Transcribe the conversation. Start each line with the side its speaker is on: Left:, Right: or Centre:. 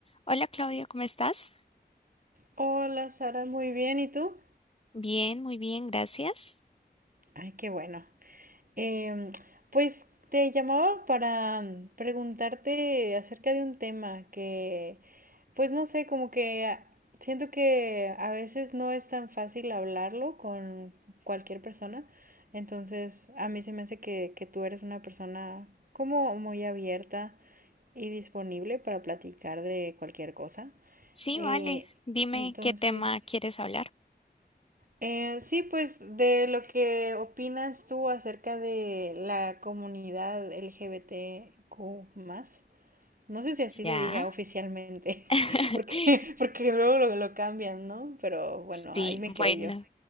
Left: Hola Claudia, ¿cómo estás?
Right: Hola Sara, muy bien, ¿y tú?
Left: Bien, muy bien, gracias.
Right: Ay, qué bueno. Em, pues te llamaba para mm, preguntarte acerca de un tema que, pues no sé, como que a- siento que a veces no es tan fácil hablarlo con cualquier persona. Entonces, a mí se me hace que, que tú eres una persona como muy abierta y disponible para platicar de cualquier cosa.
Left: Sí,
Right: Eh,
Left: vale. Dime
Right: entonces,
Left: qué tema quieres hablar.
Right: Eh, sí, pues de lo que opinas tú acerca de la comunidad LGBTQ+, no sé si así
Left: Ya.
Right: se diga oficialmente, <laughs>
Left: <laughs>
Right: porque, porque luego lo, lo cambian, ¿no? Pero bueno,
Left: Sí,
Right: ahí me
Left: bueno.
Right: quedé yo.